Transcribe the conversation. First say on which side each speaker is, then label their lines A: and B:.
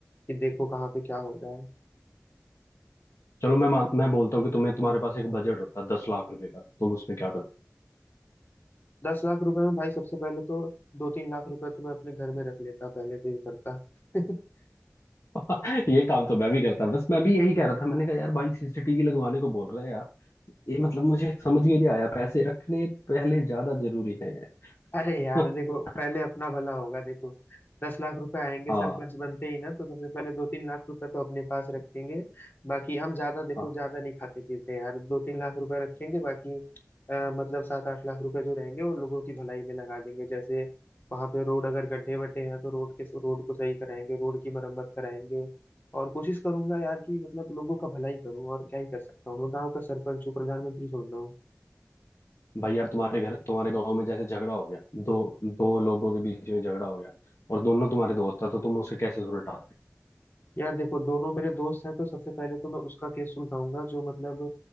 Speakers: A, on the left; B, on the left.
A: कि देखो कहाँ पे क्या हो रहा है
B: चलो मैं मान मैं बोलता हूँ कि तुम्हें तुम्हारे पास एक बजट होता है दस लाख रुपए का तो तुम उसमें क्या
A: दस लाख रुपए में भाई सबसे पहले तो दो तीन लाख रुपए तो मैं अपने घर में रख लेता पहले तो ये करता <laughs>
B: <laughs> ये काम तो मैं भी करता बस मैं भी यही कह रहा था मैंने कहा यार भाई सीसीटीवी लगवाने को बोल रहे हैं यार ये मतलब मुझे समझ में नहीं आया पैसे रखने पहले ज्यादा जरूरी है
A: अरे यार
B: <laughs>
A: देखो पहले अपना भला होगा देखो दस लाख रुपए आएंगे
B: हाँ
A: सरपंच बनते ही ना तो सबसे पहले दो तीन लाख रुपए तो अपने पास रखेंगे बाकी हम ज्यादा देखो
B: हाँ
A: ज्यादा नहीं खाते पीते यार दो तीन लाख रुपए रखेंगे बाकी अ, मतलब सात आठ लाख रुपए जो रहेंगे वो लोगों की भलाई में लगा देंगे जैसे वहां पे रोड अगर गड्ढे वड्ढे हैं तो रोड के रोड को सही कराएंगे रोड की मरम्मत कराएंगे और कोशिश करूंगा यार कि मतलब लोगों का भलाई करूं और क्या ही कर सकता हूँ मैं गाँव का सरपंच हूँ प्रधानमंत्री थोड़ी ना
B: भाई यार तुम्हारे घर तुम्हारे गांव में जैसे झगड़ा हो गया दो दो लोगों के बीच में झगड़ा हो गया और दोनों तुम्हारे दोस्त था तो तुम उसे कैसे सुलटाते
A: यार देखो दोनों मेरे दोस्त हैं तो सबसे पहले तो मैं उसका केस सुलझाऊंगा जो मतलब